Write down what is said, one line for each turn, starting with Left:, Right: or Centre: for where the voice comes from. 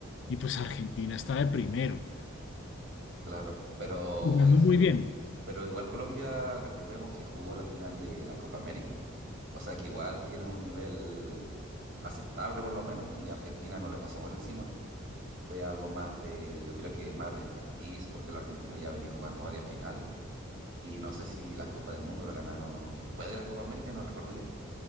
Left: Y pues Argentina está de primero,
Right: claro. Pero,
Left: jugando
Right: ¿y si
Left: muy bien.
Right: Pero igual Colombia, recordemos que jugó la final de la Copa América, o sea que igual tiene un nivel aceptable por lo menos, y Argentina no le pasó por encima. Fue algo más de, yo creo que más de expertise, porque los argentinos ya venían jugando varias finales, y no sé si la Copa del Mundo la ganaron después de la Copa América, no recuerdo bien,